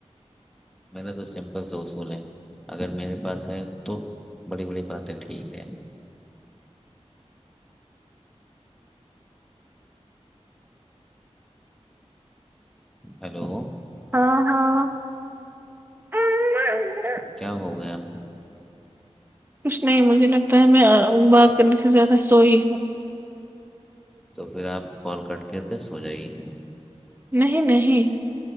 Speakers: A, in the centre; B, on the right (about 20°).
A: میں نے تو سمپل سے اصولے اگر میرے پاس ہے تو بڑی بڑی باتیں ٹھیک ہیں ہیلو
B: ہاں- ہاں <unintelligible>
A: کیا ہو گیا?
B: کچھ نہیں, مجھے لگتا ہے میں بات کرنے سے زیادہ سوئی ہوں-
A: تو پھر آپ کال کٹ کر کے سو جائیے-
B: نہیں- نہیں